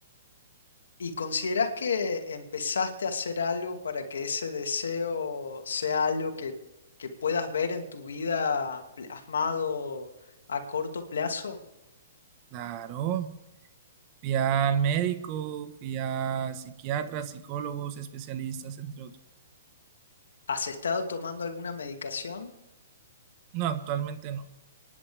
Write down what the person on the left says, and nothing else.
¿Y consideras que empezaste a hacer algo para que ese deseo sea algo que, que puedas ver en tu vida plasmado a corto plazo?
¿Has estado tomando alguna medicación?